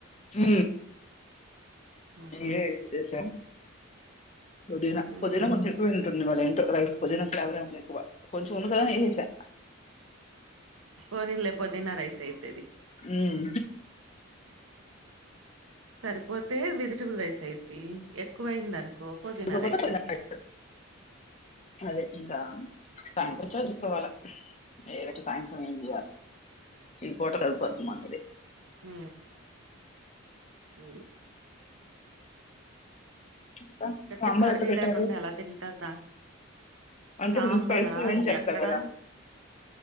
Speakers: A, on the left; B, on the right.
A: త
B: ఆహా
A: ఏ వి శేషా పుదీనా
B: మ్మ్
A: పుదీనా కొంచెం ఎక్కువే ఇవాళ్ళ ఏంటో రైస్ పుదీన ఫ్లేవరే ఉంది ఎక్కువ కొంచెం ఉంది కదా నీలేసా
B: ఓన్ ఇల్లే పుదీనా రైసా ఇద్దేరి
A: ఉమ్
B: సరిపోతే వెజిటబుల్ రైస్ అయిత ఎక్కువ అయిందినుకో కోకో
A: సరిపోకపోతే
B: దిన రైస్
A: పైన
B: ఇది
A: పెట్టు. అదే ఇంకా సా్యాంక వ చ తీసుకోవాలా ఏ సాయక్రం ఏడి ఈ పోట కలిపతు మ
B: హ ఉ
A: ఇంకా
B: పెతే
A: సాంబార్
B: కర్రీ
A: ఎట్లా పెట్టారు
B: లేకుం ండలా తిట త
A: అంటే
B: సాంబార
A: కొంచెం స్పైసీ ఏం చేస్తా
B: ఎక్కడా
A: కదా